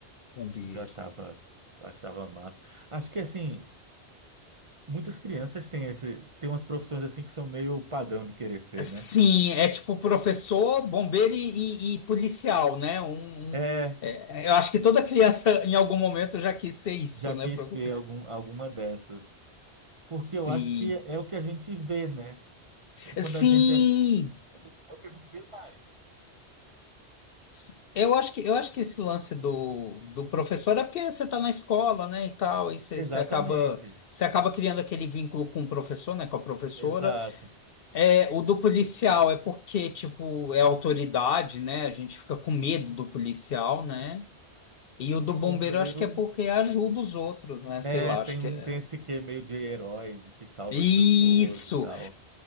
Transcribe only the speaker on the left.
Bombeiro.
Sim,
é tipo professor, bombeiro e, e- e policial, né? Um,
um- é, eu acho que toda criança <laughs> em algum momento já quis ser isso,
né? Pro-
Sim.
Sim!
S- Eu acho que, eu acho que esse lance do, do professor é porque você está na escola, né, e tal, e você,
você acaba, você acaba criando aquele vínculo com o professor, né, com a professora,
É, o do policial é porque, tipo, é autoridade, né? A gente fica com medo do policial, né? E o do
bombeiro
acho que é porque ajuda os outros, né? Sei
lá,
acho que
é.
Isso!